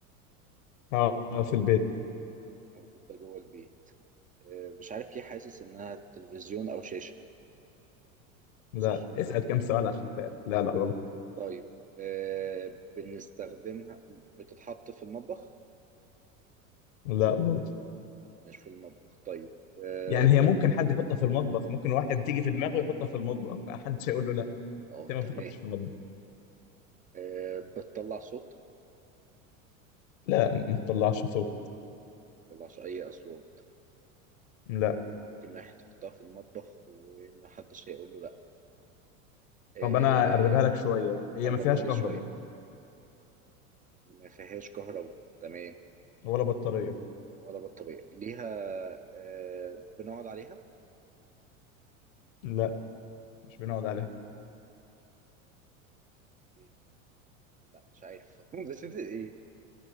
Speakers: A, on the left; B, on the right.
A: اه آه، في البيت
B: موجودة جوه البيت آه، مش عارف ايه حاسس إنها تلفزيون أو شاشة
A: لا
B: صح
A: اسأل كم سؤال عشان تعرف لا لا غلط
B: طيب آه، بنستخدمها بتتحط في المطبخ
A: لا برضه
B: مش في المطبخ طيب اه
A: يعني
B: بت-
A: هي ممكن حد يحطها في المطبخ ممكن واحد تيجي في دماغه يحطها في المطبخ محدش هيقول له لا
B: آه،
A: انت ما
B: تمام
A: بتحطش في المطبخ
B: آه، بتطلع صوت
A: لا ما بتطلعش صوت
B: متطلعش أي أصوات
A: لا
B: ممكن واحد يحطها في المطبخ ومحدش هيقول له لأ آه،
A: طب انا اقربها لك شوية هي
B: قربها
A: ما فيهاش
B: لي
A: كهرباء
B: شوية ما فيهاش كهرباء تمام
A: ولا بطارية
B: ولا بطارية ليها آه، بنقعد عليها
A: لا مش بنقعد عليها
B: إيه؟ لأ مش عارف <laughs> بس إنت إيه